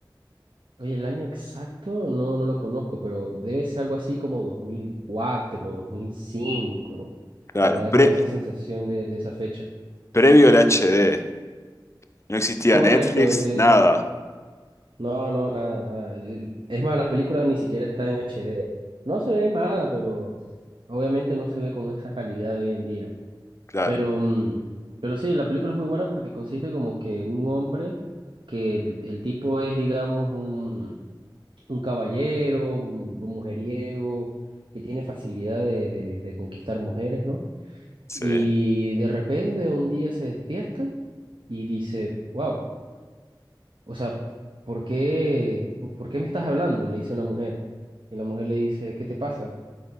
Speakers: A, on the right; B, on the left.
A: Oye, el año exacto no, no lo conozco, pero debe ser algo así como dos dos mil cuatro dos mil cinco
B: Claro,
A: Me da
B: pre-
A: como esa sensación de, de esa fecha.
B: previo al HD. No existía
A: Correcto,
B: Netflix,
A: sí,
B: nada.
A: No, no, nada, nada. Eh, Es más, la película ni siquiera está en H D No se ve mala, pero obviamente no se ve con esa calidad de hoy en día.
B: Claro,
A: Pero, mm, pero sí, la película es muy buena porque consiste como que en un hombre, que el, el tipo es, digamos, un, un caballero, un mujeriego, que tiene facilidad de, de, de conquistar mujeres, ¿no?
B: sí.
A: Y de repente un día se despierta y dice, wow. O sea, ¿por qué, por por qué me estás hablando? Le dice una mujer. Y la mujer le dice, ¿qué te pasa?